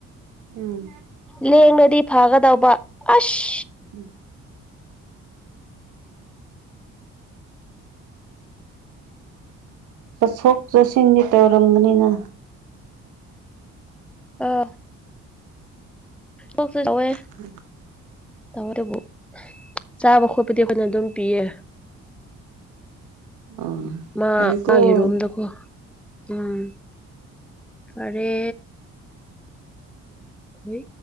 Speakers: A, on the right (about 85°); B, in the centre.
A: ꯎꯝ
B: ꯂꯦꯡꯂꯥꯗꯤ ꯐꯥꯒꯗꯧꯕ ꯑꯁ
A: ꯎꯝ ꯆꯠꯊꯣꯛ ꯆꯠꯁꯤꯟꯗꯤ ꯇꯧꯔꯝꯕꯅꯤꯅ
B: ꯑꯥ ꯀꯣꯛꯁꯨ ꯇꯧꯋꯦ
A: ꯐ
B: ꯇꯧꯔꯦꯕꯨ ꯆꯥꯕ ꯈꯣꯠꯄꯗꯤ ꯑꯩꯈꯣꯏꯅ ꯑꯗꯨꯝ ꯄꯤꯌꯦ
A: ꯑꯣ
B: ꯃꯥ
A: ꯐꯔꯦꯀꯣ
B: ꯃꯥ ꯔꯣꯝꯗꯀꯣ ꯎꯝ ꯐꯔꯦ ꯋꯤ